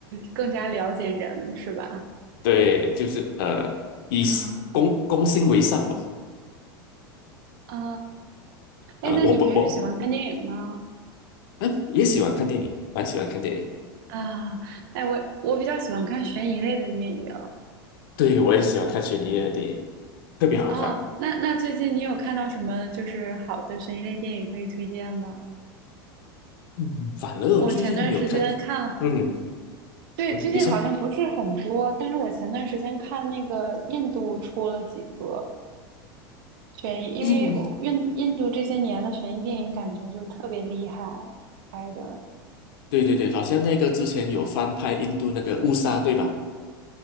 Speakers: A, on the right; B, on the left.
A: 更加了解人是吧？
B: 对，就是呃，以公公心为上嘛。
A: 啊啊，哎，
B: 啊、
A: 那你平时喜欢看电影吗？
B: 我不我嗯也喜欢看电影，蛮喜欢看电影。
A: 啊，哎，我我比较喜欢看悬疑类的电影，
B: 对，我也喜欢看悬疑类的电影，特别好看。
A: 哦，那那最近你有看到什么就是好的悬疑类电影可以推荐吗？
B: 嗯，反而我最近没有看到。
A: 我前段时间看了，
B: 嗯，
A: 对，
B: 你你说，
A: 最近好像不是很多，但是我前段时间看那个印度出了几个悬疑，因为我印印度这些年的悬疑电影感觉就特别厉害
B: 印，
A: 拍的
B: 对对对对，好像那个之前有翻拍印度那个《误杀》，对吧？